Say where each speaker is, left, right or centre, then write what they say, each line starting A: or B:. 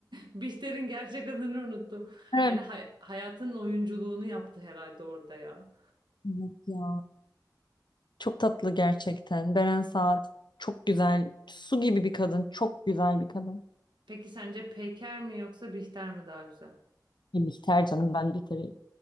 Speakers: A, on the right; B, on the left.
A: <laughs> Bihter'in gerçek adını unuttum.
B: Evet.
A: Yani hay- hayatın oyunculuğunu yaptı herhalde orada ya.
B: Evet ya. Çok tatlı gerçekten. Beren Saat çok güzel. Su gibi bir kadın. Çok güzel bir kadın.
A: Peki sence Peker mi yoksa Bihter mi daha güzel?
B: E, Bihter canım ben Bihter'i.